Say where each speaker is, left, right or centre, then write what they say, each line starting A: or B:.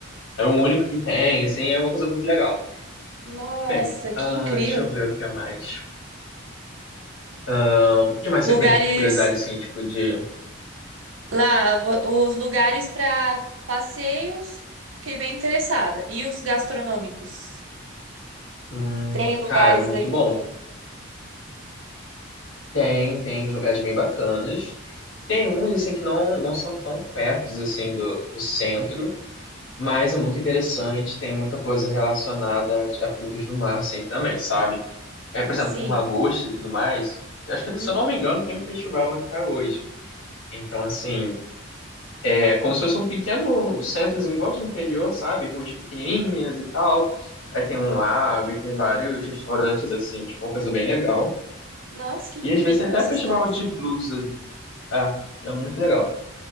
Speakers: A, on the left (about 80°); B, on the right (about 75°).
A: é o único que tem, assim, é uma coisa muito legal.
B: Nossa,
A: Bem,
B: que
A: ah,
B: incrível.
A: deixa eu ver o que é mais. Ah, o que mais
B: Lugares
A: você tem curiosidade, assim, tipo, de.
B: lá, vo- os lugares para passeios, fiquei bem interessada. E os gastronômicos?
A: Hum,
B: Tem lugares
A: cara, muito
B: legais?
A: bom. Tem, tem uns lugares bem bacanas. Tem uns, assim, que não, não são tão pertos, assim, do, do centro, mas é muito interessante, tem muita coisa relacionada a, a frutos do mar, assim, também, sabe? É, por exemplo,
B: Sim.
A: com lagosta e tudo mais, acho que,
B: Hum,
A: se eu não me engano, tem um festival até hoje. Então, assim, é como se fosse um pequeno centrozinho, igual de interior, sabe? Ruas pequenininhas e tal. Aí tem um lago, e tem vários restaurantes, assim, tipo, uma coisa bem legal.
B: nossa, que incrível
A: E às vezes tem até
B: essa
A: festival
B: cidade.
A: de blues É, é muito legal.